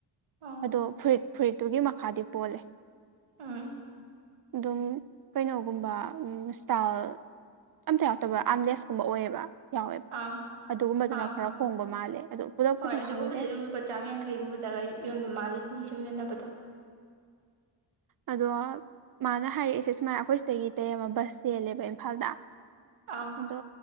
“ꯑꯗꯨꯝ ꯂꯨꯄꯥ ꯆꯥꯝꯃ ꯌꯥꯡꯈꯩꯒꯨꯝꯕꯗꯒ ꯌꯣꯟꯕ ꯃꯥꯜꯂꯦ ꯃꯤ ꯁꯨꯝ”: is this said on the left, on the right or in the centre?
Right